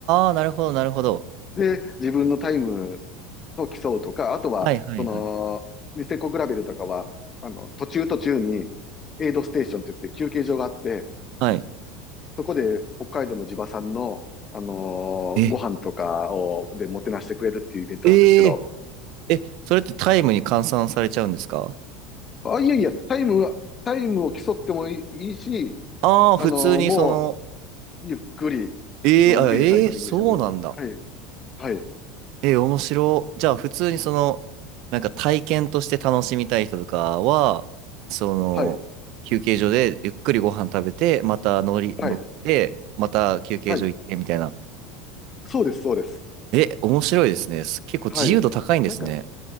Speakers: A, on the right (about 60°); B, on the left (about 30°).
A: あー、なるほど、なるほど。
B: で、自分のタイムと競うとか、あとは、
A: はいはいはい。
B: その、ニセコグラベルとかは、あの、途中途中に、エイドステーションって言って休憩所があって、
A: はい。
B: そこで北海道の地場産の、あのーご飯とかを、
A: え
B: でもてなしてくれるっていうイベントなんですけど、
A: えええ、それってタイムに換算されちゃうんですか
B: あ、いやいや、タイムは、タイムを競ってもいい、いいし、
A: ああー、
B: あの、
A: 普通にその、
B: もう、ゆっくり、
A: ええあ、
B: のんびりサイクリングしてもいい。
A: ええそうなんだ。
B: はい、はい、
A: ええ面白い。じゃあ、普通にその、なんか体験として楽しみたい人とかは、その、
B: はい、
A: 休憩所でゆっくりご飯食べて、また乗り、
B: はい、
A: 乗って、また休憩所行ってみたいな。
B: はい。そうです、そうです。
A: え、面白いですね。す結構自由度高いんですね。
B: はい。なんか、